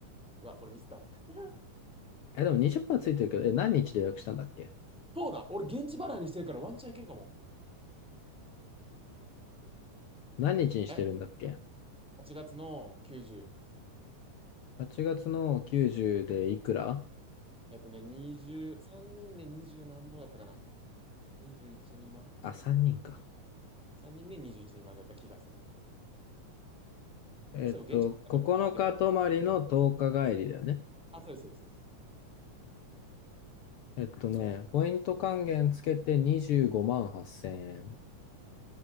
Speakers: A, in the centre; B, on the left.
A: うわ、これミスった。<laughs>
B: え、でも20%ついてるけど、え、何日で予約したんだっけ
A: そうだ、俺現地払いにしてるからワンチャンいけるかも。
B: 何日にしてるんだっけ
A: え ?8 月の90。
B: ?8 月の90でいくら
A: えっとね、20、3人で20何ぼだったかな ?21、2万かな
B: あ、3人か。
A: ?3 人で21、2万だった気がする。
B: えっと、
A: そういえば現地払いだから、
B: 9日泊まりの10日帰りだよね。
A: まあ、待ってね。あ、そうです、そうです、そうです。
B: えっとね、ポイント還元つけて25万8千円。
A: ん